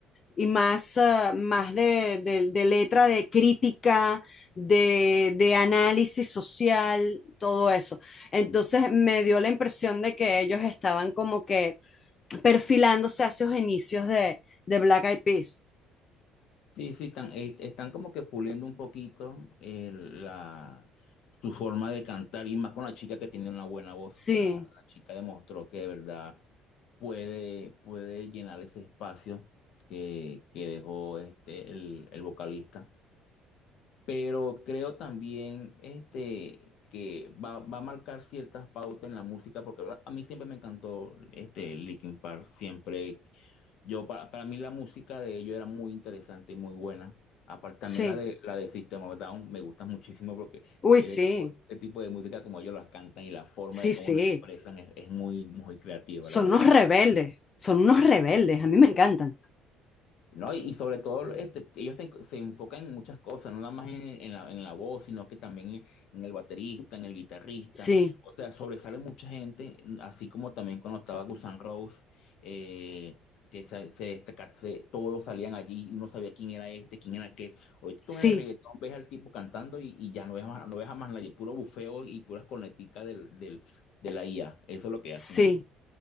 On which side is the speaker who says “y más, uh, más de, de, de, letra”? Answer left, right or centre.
Left